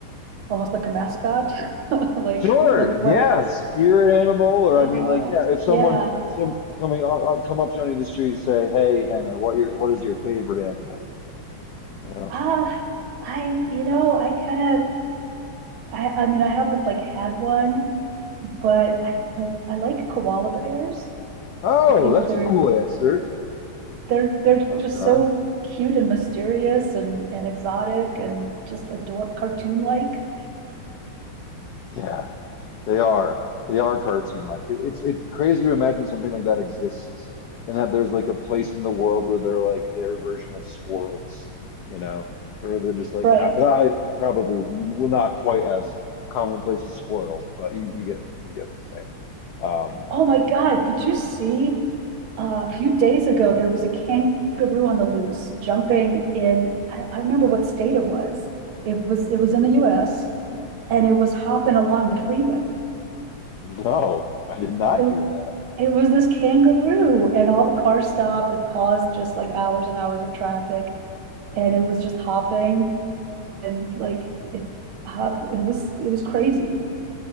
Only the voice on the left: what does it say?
Sure.
Yeah. Spirit animal, or
I mean, like, yeah. If someone
some coming on, uh, come up to any of the street, say, "Hey, Anna, what your what is your favorite animal?" You know.
Oh,
that's
a cool answer.
Okay.
Yeah, they are. They are cartoon like. It, it's it's crazy to imagine something like that exists and that there's like a place in the world where they're like their version of squirrels, you know, or they're just like
a- and I probably well, not quite as commonplace as squirrels, but you, you get you get what I'm saying. Um,
no, I did not
hear that.